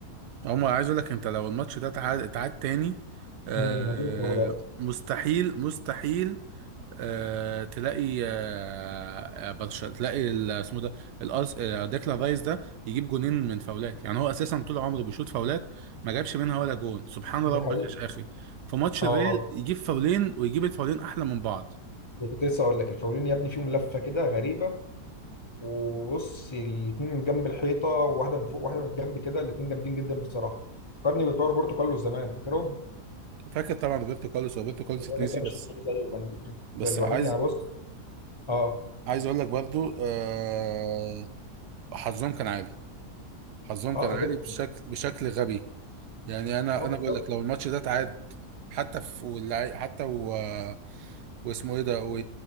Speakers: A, on the right (about 80°); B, on the left (about 20°).
A: عمر عايز اقول لك انت لو الماتش ده اتعاد اتعاد تاني آه
B: امم من غير الفاولات
A: مستحيل مستحيل آه تلاقي آه آه، برش... تلاقي ال- اسمه ده الارس آه، ديكلان رايس ده يجيب جونين من فاولات يعني هو اساسا طول عمره بيشوط فاولات ما جابش منها ولا جون سبحان ربك
B: دي حقيقة
A: يا اخي في ماتش
B: اه
A: الريال يجيب فاولين ويجيب الفاولين احلى من بعض
B: ده كنت لسه اقول لك الفاولين يا ابني فيهم لفه كده غريبه وبص الاثنين من جنب الحيطه وواحده من فوق واحده من الجنب كده الاثنين جامدين جدا بصراحه فكرني بتوع روبرتو كارلوس زمان فاكرهم
A: فاكر طبعا روبرتو كارلوس روبرتو كارلوس
B: الراجل
A: اتنسي
B: ده
A: بس
B: مش هيجي زيه كان
A: بس
B: ده الوحيد
A: عايز
B: يعني بص اه
A: عايز اقول لك برضو آه حظهم كان عالي حظهم
B: اه
A: كان عالي
B: ده جدا
A: بشكل بشكل غبي يعني انا
B: اه
A: انا
B: بالظبط
A: بقول لك لو الماتش ده اتعاد حتى في واللعي- حتى و... واسمه ايه ده و...